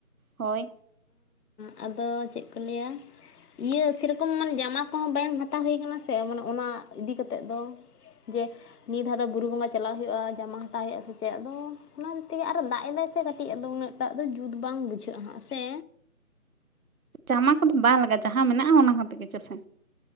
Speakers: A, on the right; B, on the left.
A: ᱦᱳᱭ
B: ᱟᱫᱚ ᱪᱮᱫ ᱠᱚ ᱞᱟᱹᱭ-ᱟ ᱤᱭᱟᱹ ᱥᱮᱨᱚᱠᱚᱢ ᱢᱟᱱᱮ ᱡᱟᱢᱟ ᱠᱚᱦᱚᱸ ᱵᱟᱝ ᱦᱟᱛᱟᱣ ᱦᱩᱭ ᱠᱟᱱᱟ ᱥᱮ ᱢᱟᱱᱮ ᱚᱱᱟ ᱤᱫᱤ ᱠᱟᱛᱮ ᱫᱚ ᱡᱮ ᱱᱤᱛ ᱫᱷᱟᱣ ᱫᱚ ᱵᱩᱨᱩ ᱵᱚᱸᱜᱟ ᱪᱟᱞᱟᱜ ᱦᱩᱭᱩᱜᱼᱟ ᱡᱟᱢᱟ ᱦᱟᱛᱟᱣ ᱦᱩᱭᱩᱜᱼᱟ ᱥᱮ ᱪᱮᱫ ᱟᱫᱚ ᱚᱱᱟ ᱛᱮᱭᱟᱜ ᱟᱨᱦᱚ ᱫᱟᱜ ᱮᱫᱟᱭ ᱥᱮ ᱠᱟᱹᱴᱤᱡ ᱟ ᱫᱚ ᱩᱱᱟᱹᱜ ᱴᱟᱜ ᱫᱚ ᱡᱩᱛ ᱵᱟᱝ ᱵᱩᱡᱷᱟᱹᱜ-ᱟ ᱦᱟᱜ ᱥᱮ
A: ᱡᱟᱢᱟ ᱠᱚᱫᱚ ᱵᱟᱝ ᱞᱟᱜᱟᱜᱼᱟ ᱡᱟᱦᱟᱸ ᱢᱮᱱᱟᱜᱼᱟ ᱚᱱᱟ ᱠᱚᱛᱮ ᱜᱮ ᱪᱚᱥᱮ